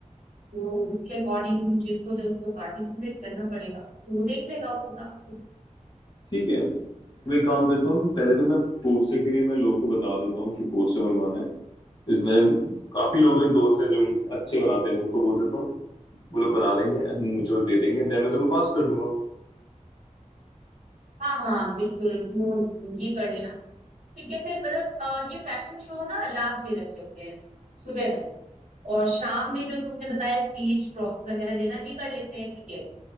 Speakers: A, on the right; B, on the left.
A: तो उसके अकॉर्डिंग जिसको जो उसको पार्टिसिपेट करना पड़ेगा तो वो देख लेगा उस हिसाब से
B: ठीक है तो मैं एक काम करता हूँ पहले तो मैं पोस्टर के लिए मैं लोगों को बता देता हूँ कि पोस्टर बनवाना है तो मेरे काफी लोग हैं दोस्त हैं जो अच्छे बनाते हैं मैं उनको बोल देता हूँ वो लोग बना देंगे and मुझे वो दे देंगे देन मैं तुम्हें पास कर दूंगा
A: हाँ हाँ बिल्कुल वो ये कर लेना ठीक है फिर मतलब अ, ये फैशन शो ना लास्ट डे रख लेते हैं सुबह में और शाम में जो तुमने बताया स्पीच ट्रॉफी वगैरह देना ये कर लेते हैं ठीक है